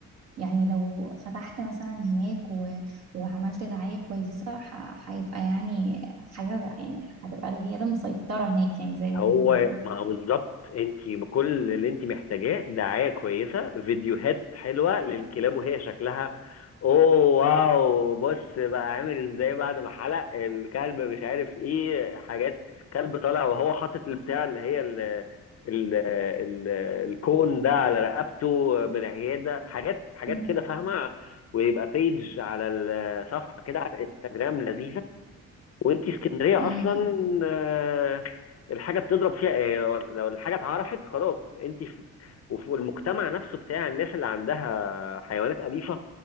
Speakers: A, on the right; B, on the left.
A: يعني لو فتحت مثلا هناك و... وعملت دعايه كويسه ح... هيبقى يعني حاجه يعني هتبقى العياده مسيطره هناك يعني زي ما
B: هو
A: بيقولوا كده
B: ما هو بالظبط انت بكل اللي انت محتاجاه دعاية كويسة فيديوهات حلوة للكلاب وهي شكلها اوه واو بص بقى عامل ازاي بعد ما حلق الكلب مش عارف ايه حاجات كلب طالع وهو حاطط البتاع اللي هي ال ال ال الكون ده على رقبته من العيادة حاجات حاجات
A: مم.
B: كده فاهمة ويبقى بيج على الصفحة كده على الانستجرام لذيذة وانت اسكندريه
A: مم.
B: اصلا آه، الحاجه بتضرب فيها آه، لو الحاجه اتعرفت خلاص انت في وفي المجتمع نفسه بتاع الناس اللي عندها حيوانات اليفه